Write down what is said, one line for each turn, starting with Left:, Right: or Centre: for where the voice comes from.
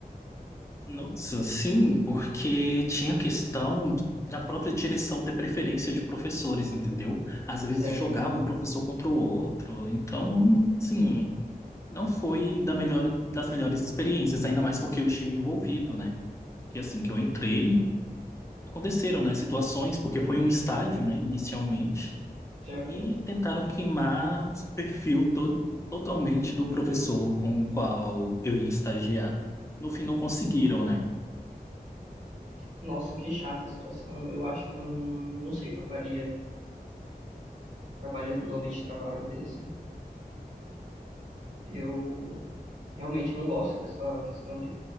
Left: Nossa, sim, porque tinha a questão da própria direção ter preferência de professores, entendeu? Às vezes
Right: Certo,
Left: jogava um professor contra o outro, então, sim, não foi da melhor, das melhores experiências, ainda mais porque eu estive envolvido, né? E assim que eu entrei, aconteceram, né, situações, porque foi um estágio, né, inicialmente,
Right: certo.
Left: e tentaram queimar o perfil to totalmente do professor com o qual eu ia estagiar. No fim, não conseguiram, né?
Right: Nossa, que chata a situação. Eu acho que eu não, não sei o que eu faria trabalhando num ambiente de trabalho desse. Eu realmente não gosto dessa questão de